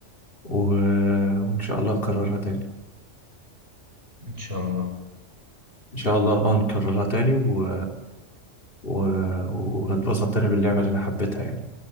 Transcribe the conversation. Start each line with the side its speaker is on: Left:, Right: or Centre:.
Left: و... وان شاء الله نكررها تاني
Right: إن شاء الله
Left: ان شاء الله اه نكررها تاني و... و... ونتبسط تاني باللعبة اللي انا حبيتها يعني